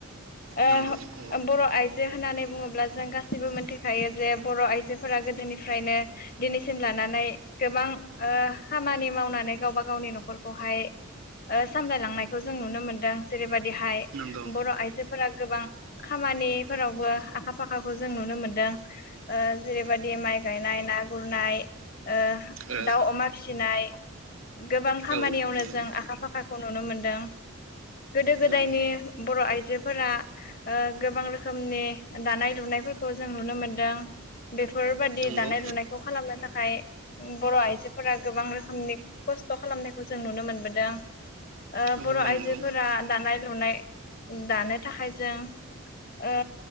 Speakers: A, on the left; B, on the right.
A: ओ
B: नंगौ औ
A: बर' आइजो होननानै बुङोब्ला जों गासिबो मोनथिखायो जे बर आइजोफोरा गोदोनिफ्रायनो दिनै। सिम लानानै। बां ओ खामानि मावनानै गावबा गावनि नखरखौहाय ओ सामलायलांनायखो जों नुनो मोनदों जेरैबायदिहाय
B: नंगौ
A: बर आइजोफोरा गोबां खामानिफोरावबो आखा फाखाखौ जों नुनो मोनदों ओ जेरैबायदि माइ गायनाय ना गुरनाय ओ।
B: ओ
A: दाउ अमा फिसिनाय। गोबां खामानियावनो
B: ओ औ नंगौ
A: जों आखा फाखाखौ नुनो मोनदों गोदो गोदायनि
B: नंगौ
A: बर आइजोफोरा ओ गोबां रोखोमनि दानाय लुनायफोरखौ जों नुनो मोनदों बेफोरबादि
B: नंगौ
A: दानाय लुनायखौ खालामनो थाखाय। बर आइजोफोरा गोबां रोखोमनि खस्थ खालामनायखौ जों नुनो मोनबोदों ओ
B: नंगौ
A: बर आइजोफोरा
B: नंगौ
A: दानाय लुनाय दानो थाखाय जों ओ